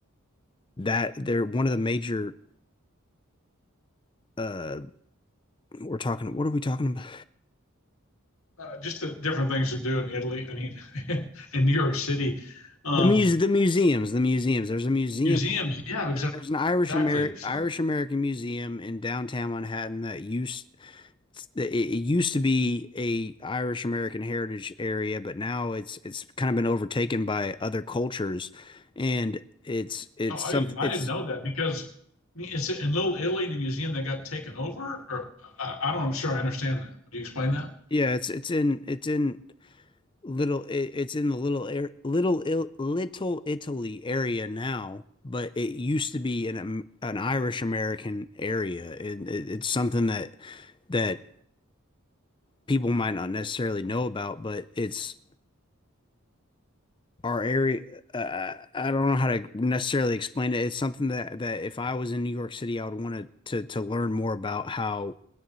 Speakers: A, on the left; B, on the left.
A: that they're one of the major. Uh, we're talking. What are we talking about?
B: Uh, just the different things to do in Italy. I mean, <laughs> in New York City, um,
A: The muse, the museums, the museums. There's a museum
B: museums. Yeah, exac-
A: There- There's an Irish
B: exactly.
A: American
B: So
A: Irish American museum in downtown Manhattan that used that it it used to be a Irish American heritage area, but now it's it's kind of been overtaken by other cultures, and it's it's
B: Oh, I
A: something
B: didn't. I
A: it's
B: didn't know that because I mean, is it in Little Italy the museum that got taken over? Or I, I don't. I'm sure I understand that. Would you explain that?
A: yeah it's it's in it's in little it, it's in the little air little Il, little Italy area now, but it used to be an Am- an Irish American area, and it, it's something that that. people might not necessarily know about, but it's our area. Uh, I don't know how to necessarily explain it. It's something that that if I was in New York City, I would want to to to learn more about how